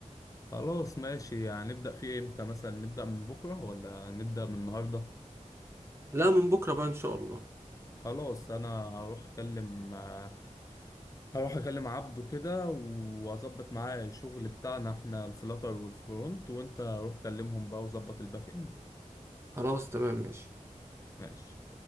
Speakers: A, on the left (about 25°); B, on the right (about 20°).
A: خلاص ماشي يعني نبدأ فيه امتى مثلا نبدأ من بكرة ولا نبدأ من النهاردة
B: لا من بكرة بقى ان شاء الله
A: خلاص انا هروح اكلم آه، هروح اكلم عبده كده واظبط معاه الشغل بتاعنا احنا الفلاتر والفرونت وانت روح كلمهم بقى وظبط الباك اند
B: خلاص تمام ماشي
A: ماشي